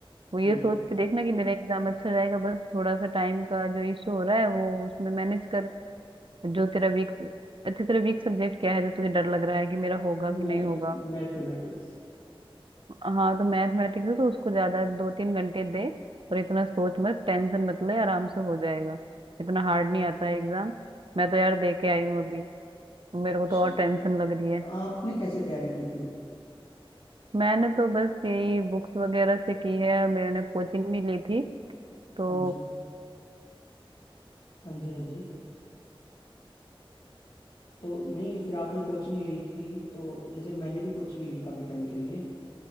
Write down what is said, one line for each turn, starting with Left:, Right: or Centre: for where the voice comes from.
Right: वो ये
Left: हम्म
Right: सोच के देखना कि मेरा एग्जाम अच्छा जाएगा बस थोड़ा सा टाइम का जो इशू हो रहा है वो उसमें मैनेज कर जो तेरा वीक अच्छा तेरा वीक सब्जेक्ट क्या है जो तुझे डर लग रहा है कि मेरा होगा कि
Left: मैं
Right: नहीं होगा
Left: मैथमेटिक्स
Right: हाँ तो मैथमेटिक्स है तो उसको ज्यादा दो तीन घंटे दे और इतना सोच मत टेंशन मत ले आराम से हो जाएगा इतना हार्ड नहीं आता है एग्जाम मैं तो यार दे के आई हूँ अभी मेरे
Left: अच्छा,
Right: को तो और टेंशन लग रही है
Left: आपने कैसे तैयारी की थी
Right: मैंने तो बस यही बुक्स वगैरह से की है मैंने कोचिंग भी ली थी तो
Left: हाँ जी हाँ जी हाँ जी तो नहीं फिर आपने कोचिंग ली थी तो जैसे मैंने भी कोचिंग ली काफी टाइम के लिए